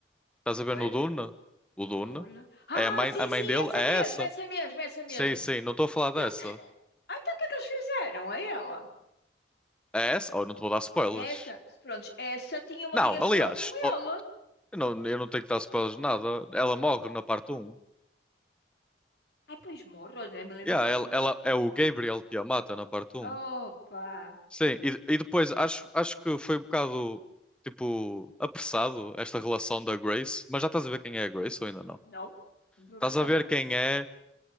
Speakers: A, in the centre; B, on the left.
A: Estás a ver
B: Ué?
A: no Duna? O
B: No
A: Duna?
B: Duna. Ah,
A: É a mãe,
B: sim,
A: a mãe
B: sim,
A: dele?
B: essa
A: É
B: mesmo,
A: essa?
B: essa mesmo, essa mesmo.
A: Sim, sim, não estou a falar dessa.
B: E ele... Ah, então o que é que eles fizeram a ela?
A: É essa? Oh, não te vou dar spoilers.
B: Essa, pronto, essa tinha uma
A: Não,
B: ligação
A: aliás,
B: com
A: Eu
B: ela.
A: não, eu não tenho que dar spoilers de nada. Ela morre na parte 1.
B: Ah, pois morro, já me lembrava.
A: Yeah, ela, ela- é o Gabriel que a mata na parte um
B: Opa!
A: Sim, e, e depois acho, acho que foi um bocado tipo apressado esta relação da Grace, mas já estás a ver quem é a Grace ou ainda não?
B: Não, não estou
A: Estás
B: a ver nada.
A: a ver quem é